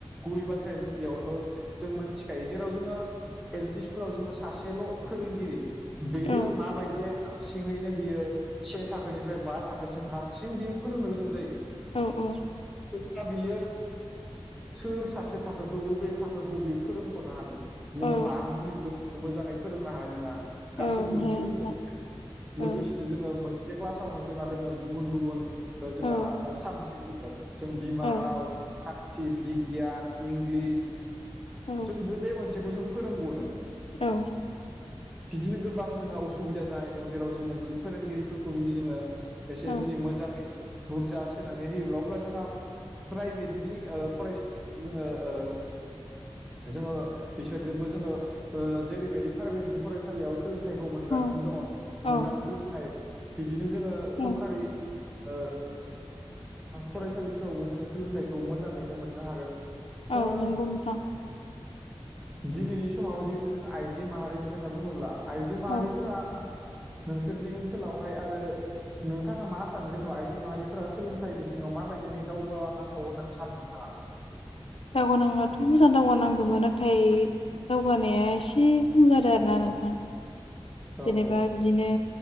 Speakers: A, in the centre; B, on the left (about 75°).
A: गुबै बाथ्राया जों बेयावनो जों मोनथिखायो। जेराव जोङो एल पि स्कुलाव जोङो सासेल' फोरोंगिरि बेयो
B: औ
A: माबायदि हारसिङैनो बियो से थाखोनिफ्राय बा थाखोसिम हारसिं बियो फोरोंनो गोनां जायो।
B: औ औ
A: औ। द बियो सोर सासे थाखोखौ बबे थाखोखौ बियो फोरोंख'नो हानो। जोङो
B: औ
A: बा मिनिटबो मोजाङै फोरोंनो हानाय नङा
B: औ
A: गासैखौबो
B: ओमफ्राय
A: फोरोंजोबबाय
B: नोंथां औ
A: लोगोसेनो जोङो मोनसे क्लासावनो जोंहा दोङो गुबुन गुबुन जोंहा
B: औ
A: साबजेक्ट जों बिमा
B: औ
A: राव सथि बिगियान इंलिस
B: औ
A: जों बबे मोनसेखौ जों फोरोंग'नो
B: औ
A: बिदिनो गोबां जोंहा उसुबिदा जानानै दं जेराव जोङो जुदि फोरोंगिरिफोरखौ जुदि जोङो एसे
B: औ
A: जुदि मोजाङै बुरजा सोनानै होयोब्ला अब्ला जोंहा प्राइभेट नि ओ फरायसा जोङो ओ जोङो बिसोरजोंबो जोङो ओ जेरैबायदि प्राइभेटनि फरायसालियाव सोलोंथाइखौ मोनगासिनो
B: औ
A: दङ'
B: औ
A: मोजां सोलों थाइ बिदिनो जोङो
B: औ
A: सरखारि ओ फरायसालिफोरावबो जोङो सोलोंथाइखौ मोजाङैनो मोननो हागोन
B: औ
A: ओ
B: नंगौ नोंथां
A: दिनैनि समाव जिहेथु जों आइजो माहारिनि खोथा बुङोब्ला आइजो माहारिफोरा
B: औ
A: नोंसोरनि ओनसोलावहाय आरो नोंथाङा मा सानो जेनेबा आइजो माहारिफोरा सोलोंथाइ बिथिङाव माबायदिहाय दावगानांगौ होननानै सानो नोंथाङा?
B: दावगानांब्लाथ' मोजां दावगानांगौमोन नाथाय दावगानाया एसे खम जादों आरोना नोंथां
A: औ
B: जेनेबा बिदिनो